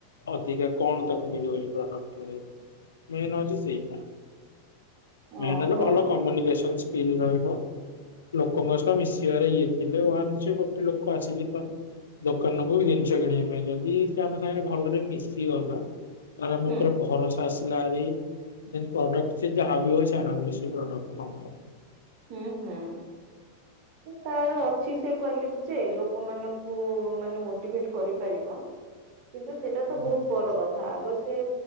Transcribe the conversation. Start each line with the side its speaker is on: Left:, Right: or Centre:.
Left: ଅଧିକା କଣ ତାକୁ ମିଳିବ ଏଇ ପ୍ରୋଡକ୍ଟ ରେ ମେନ ହଉଚି ସେଇଟା। ମେନ୍
Right: ଓହୋ
Left: ହେଲା ଭଲ କମ୍ୟୁନିକସନ ସ୍କିଲ ରହିବ। ଲୋକଙ୍କ ସହ ମିଶିବାରେ ଇଏ ଥିଲେ ୱାନସ୍ ଗୋଟେ ଲୋକ ଆସିବେ ତ ଦୋକାନକୁ ଜିନିଷ କିଣିବା ପାଇଁ ଯଦି ସେ ଆମ ସାଙ୍ଗରେ ଭଲରେ ମିଶିଗଲା ତାର ଆମ
Right: ହୁଁ
Left: ଉପରେ ଭରସା ଆସିଲା ହାରି <unintelligible> ପ୍ରଡକ୍ଟ ସେ ଯାହାବି ହଉ ଆରାମରେ ଆସି ପ୍ରଡକ୍ଟ ନବ।
Right: ହୁଁ ହୁଁ। ତାର ଅଛି ସେ କ୍ଵାଲିଟି ଯେ ଲୋକମାନଙ୍କୁ ମାନେ ମୋଟିଭେଟ୍ କରିପାରିବ। କିନ୍ତୁ ସେଇଟା ତ
Left: ହୁଁ
Right: ବହୁତ ପର କଥା ଆଗ ସେ